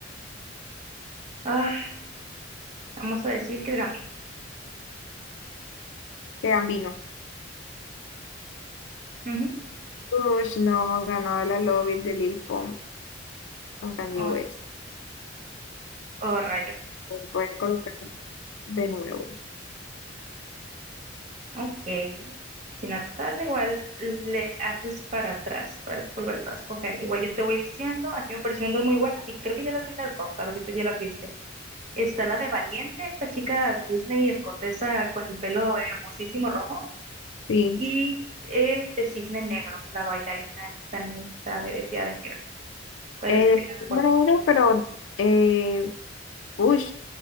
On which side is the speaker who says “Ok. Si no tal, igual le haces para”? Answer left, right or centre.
Right